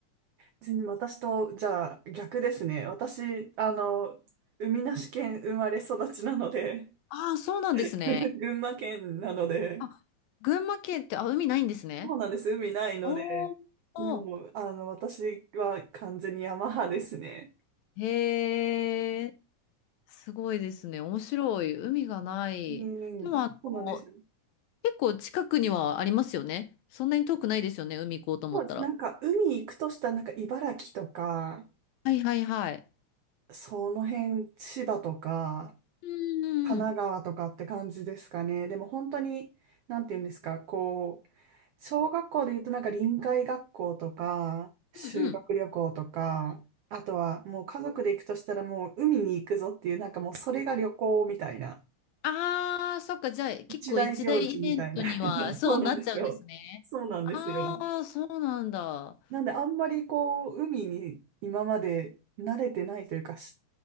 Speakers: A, on the right (about 85°); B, on the left (about 75°).
A: 全然私と、じゃあ、逆ですね。私、あの、海なし県生まれ育ちなので、
B: ああ、そうなんですね。
A: <laughs> 群馬県なので、
B: あ、群馬県って、あ、海ないんですね。
A: そうなんです。海ないので、
B: おお、
A: もう、あの、私は完全に山派ですね。
B: へえ、すごいですね。面白い。海がない。
A: うん、
B: でもあの、
A: そうなんですよ。
B: 結構近くにはありますよね。そんなに遠くないですよね。海行こうと思ったら。
A: そうですなんか、海行くとしたら、なんか、茨城とか、
B: はいはいはい。
A: その辺、千葉とか、
B: うんうんうん。
A: 神奈川とかって感じですかね。でも、本当に、なんて言うんですか、こう、小学校で言うと、なんか、臨海学校とか、修学旅行とか、
B: うんうん。
A: あとは、もう家族で行くとしたら、もう海に行くぞっていう、なんかもう、それが旅行みたいな。
B: ああ、そっか。じゃあ結構一大イベントにはそうなっちゃうんですね。
A: 一大行事みたいな。<laughs> そうなんですよ。そうなんですよ。
B: ああ、そうなんだ。
A: なんで、あんまりこう、海に今まで慣れてないというか、し